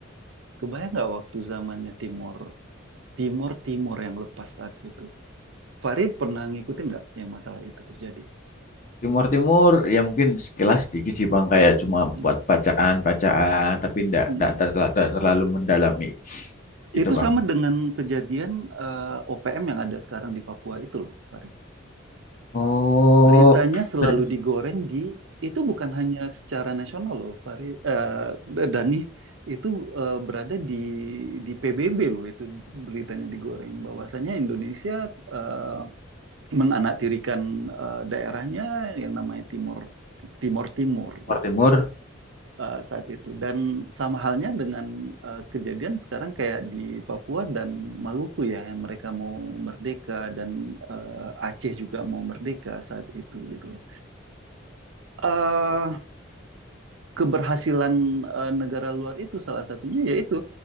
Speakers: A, on the right (about 70°); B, on the left (about 40°).
A: Kebayang nggak waktu zamannya Timor, Timor Timor yang lepas saat itu Fahri pernah ngikutin nggak yang masalah itu terjadi?
B: Timur Timur ya mungkin sekilas sedikit sih Bang kayak cuma
A: Mm.
B: buat bacaan-bacaan tapi ndak
A: Mm.
B: ndak terla- ndak terlalu mendalami gitu
A: Itu
B: Bang.
A: sama dengan kejadian eh, OPM yang ada sekarang di Papua itu loh, Fahri.
B: Oh,
A: Beritanya selalu
B: serius
A: digoreng di itu bukan hanya secara nasional loh, Fahri. Eh, Dani itu eh, berada di di PBB loh itu beritanya digoreng. Bahwasanya Indonesia eh, menganaktirikan eh, daerahnya yang namanya Timur Timur Timur
B: Timur
A: gitu.
B: Timur.
A: eh, saat itu. Dan sama halnya dengan eh, kejadian sekarang kayak di Papua dan Maluku ya, yang mereka mau merdeka dan eh, Aceh juga mau merdeka saat itu gitu loh. Eh, keberhasilan eh, negara luar itu salah satunya yaitu